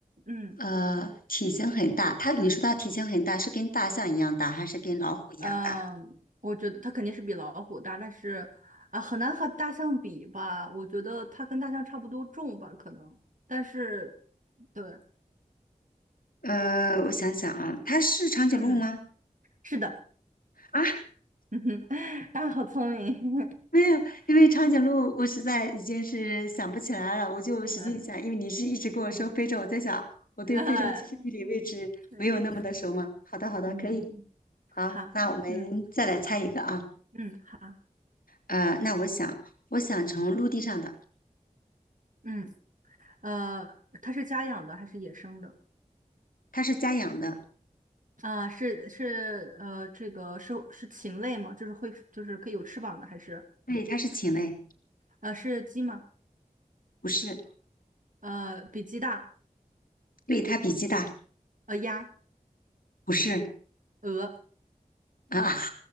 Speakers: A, on the right (about 60°); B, on the left (about 75°).
A: 嗯。
B: 呃，体型很大，它你说它体型很大，是跟大象一样大，还是跟老虎一样大？
A: 嗯，我觉得它肯定是比老虎大，但是啊，很难和大象比吧？我觉得它跟大象差不多重吧，可能。但是，对，
B: 呃，我想想啊，它是长颈鹿吗？
A: 嗯，是的，
B: 啊，
A: <laughs> 嗯哼，<laughs> 啊，好聪明，
B: 没有，因为长颈鹿我实在已经是想不起来了，我就使劲想，
A: <laughs> 嗯
B: 因为你是一直跟我说非洲，
A: 嗯
B: 我在想我对非洲其实地理位置没有那么的熟嘛。
A: 哎，嗯对
B: 好的，好的，
A: 嗯，
B: 可以，好，
A: 好，
B: 那我们再来猜一个啊，
A: 嗯嗯好，
B: 呃，那我想，我想从陆地上的，
A: 嗯呃，它是家养的还是野生的？
B: 它是家养的，
A: 啊，是是呃，这个是是禽类吗？就是会就是可以有翅膀的，还是
B: 对，它是禽类，
A: 呃是鸡吗？
B: 不是，
A: 呃，比鸡大，
B: 对，它比鸡大，
A: 呃，鸭，
B: 不是
A: 鹅，
B: 啊。<laughs>